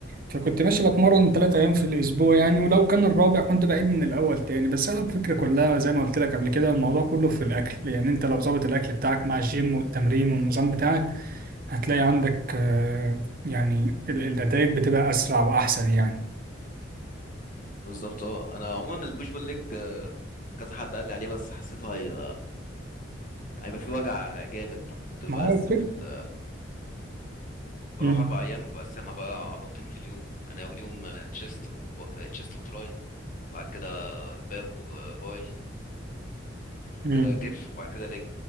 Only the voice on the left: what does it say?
بالظبط اه انا عموما البوش بول ليج آه، كذا حد قال لي عليه بس حسيته هي... هيبقى فيه وجع جامد كنت بقسم
ال... بروح
اربع ايام وبقسمها بقى عضلتين في اليوم يعني اول يوم تشيست وب... تشيست وتراي بعد كده باك وباي بعد
كده كتف وبعد كده ليج